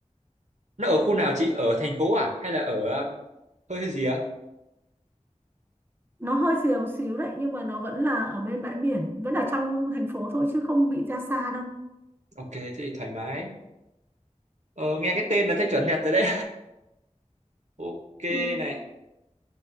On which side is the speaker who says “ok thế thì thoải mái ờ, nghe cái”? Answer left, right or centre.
Right